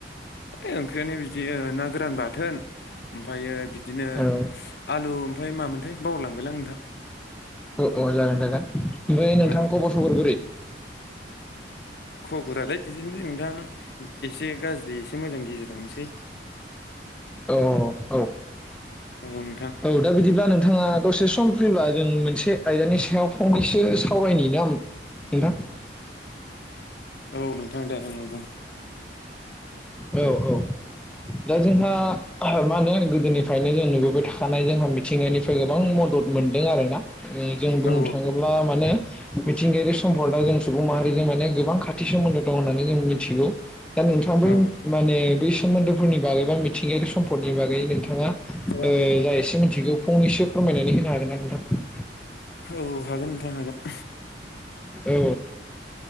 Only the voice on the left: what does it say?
ए ओं ख्रियानो बिदि ओ ना गोरान बाथोन ओमफायो बिदिनो
आलु ओमफ्राय मामोनथाय बावलायलांबायलां नोंथां
ओं
खबरालाय बिदिनो जों दा एसे गाज्रि एसे मोजां गेजेरावनोसै।
औ नोंथां
औ नोंथां दे ओं बुं
औ
औ
औ
औ औ हागोन नोंथां हागोन।